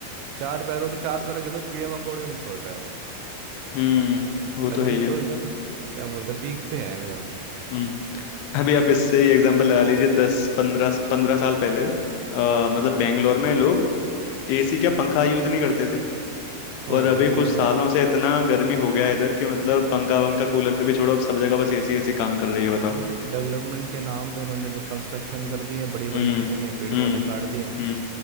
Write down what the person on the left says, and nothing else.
हम्म, वो
तो है ही है
हम्म अभी आप इससे एग्जांपल लगा लीजिए दस पंद्रह पंद्रह साल पहले आ, मतलब बेंगलोर में लोग एसी क्या पंखा यूज नहीं करते थे
और
अभी
कुछ
सालों से इतना गर्मी हो गया है इधर कि मतलब पंखा वंखा कूलर भी छोड़ो अब सब जगह बस एसी एसी काम कर रही है बताओ
हम्म
हम्म
हम्म